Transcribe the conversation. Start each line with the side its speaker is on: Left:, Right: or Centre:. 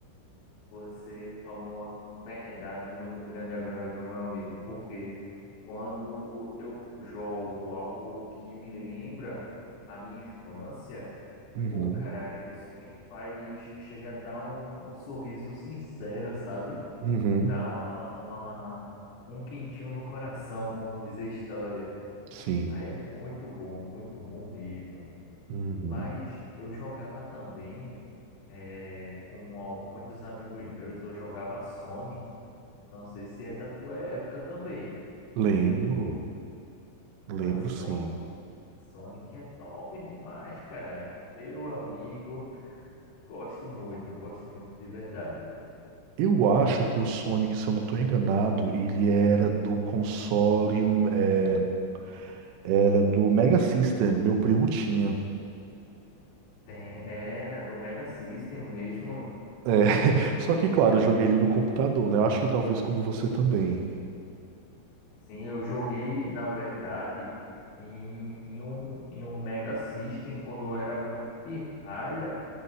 Left: Você falou uma verdade muito grande agora, viu, meu amigo? Porque quando eu jogo algo que me lembra a minha infância,
Right: Uhum,
Left: pô, cara, isso me faz chegar a dar um, um sorriso sincero, sabe?
Right: uhum,
Left: Dá uma, uma- um quentinho no coração, como diz a história.
Right: sim.
Left: Aí é muito bom, muito bom mesmo.
Right: Uhum.
Left: E- Mas eu jogava também eh, com al- muitos amigos meus, eu jogava Sonic. Não sei se é da tua época também.
Right: Lembro,
Left: Se,
Right: lembro
Left: mas
Right: sim.
Left: Sonic, Sonic é top demais, cara. Meu amigo, gosto muito, gosto muito de verdade.
Right: Eu acho que o Sonic, se eu não estou enganado, ele era do console, é, era do Mega System, meu primo tinha.
Left: Tem, era do Mega System mesmo.
Right: É, <laughs> só que, claro, eu joguei ele no computador, né? Eu acho que talvez como você também.
Left: Sim, eu joguei, na verdade, em, em um, em um Mega System quando eu era muito pirralha.